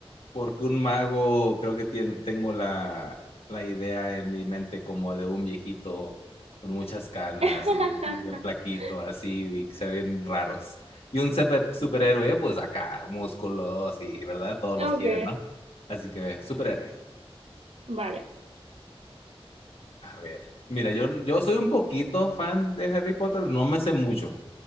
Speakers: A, on the left (about 70°); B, on the right (about 85°).
A: porque un mago creo que tien- tengo la, la idea en mi mente como de un viejito con muchas canas
B: <laughs>
A: y, y bien plaquito así y se ven raros. Y un super- superhéroe, pues acá, músculos y, ¿verdad? Todos los
B: Ok,
A: quieren, ¿no? Así que, superhéroe.
B: vale.
A: A ver, mira, yo, yo soy un poquito fan de Harry Potter, no me sé mucho,